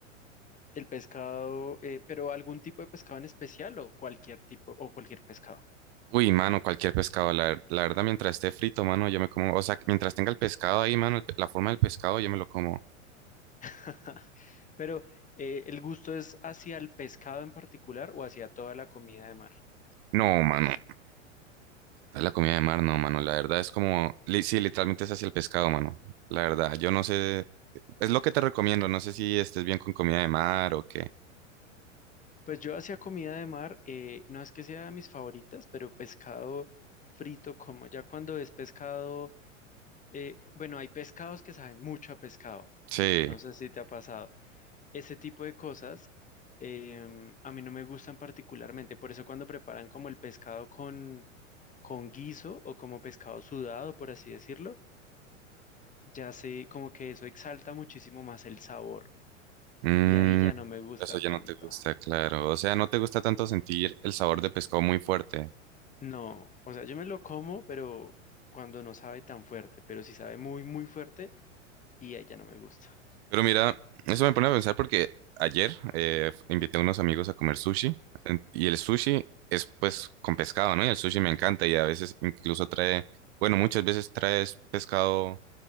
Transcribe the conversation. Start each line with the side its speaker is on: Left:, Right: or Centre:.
Left: El pescado, eh, pero algún tipo de pescado en especial o cualquier tipo o cualquier pescado.
Right: Uy, mano, cualquier pescado, la, ver- la verdad, mientras esté frito, mano, yo me como, o sea, mientras tenga el pescado ahí, mano, el pe- la forma del pescado, yo me lo como.
Left: <laughs> Pero eh, ¿el gusto es hacia el pescado en particular o hacia toda la comida de mar?
Right: No, mano. Es la comida de mar, no, mano. La verdad es como, li- sí, literalmente es así el pescado, mano. La verdad, yo no sé, es lo que te recomiendo. No sé si estés bien con comida de mar o qué.
Left: Pues yo hacía comida de mar, eh, no es que sea de mis favoritas, pero pescado frito como ya cuando es pescado, eh, bueno, hay pescados que saben mucho a pescado,
Right: Sí,
Left: no sé si te ha pasado. Ese tipo de cosas em, a mí no me gustan particularmente, por eso cuando preparan como el pescado con, con guiso o como pescado sudado, por así decirlo, ya sé como que eso exalta muchísimo más el sabor
Right: mm,
Left: y ahí ya no me gusta
Right: eso ya
Left: tanto.
Right: no te gusta, claro. O sea, no te gusta tanto sentir el sabor de pescado muy fuerte.
Left: No, o sea, yo me lo como, pero cuando no sabe tan fuerte, pero si sabe muy, muy fuerte y ahí ya no me gusta.
Right: Pero mira, eso me pone a pensar porque ayer eh, f- invité a unos amigos a comer sushi en- y el sushi es pues con pescado, ¿no? Y el sushi me encanta y a veces incluso trae, bueno, muchas veces traes pescado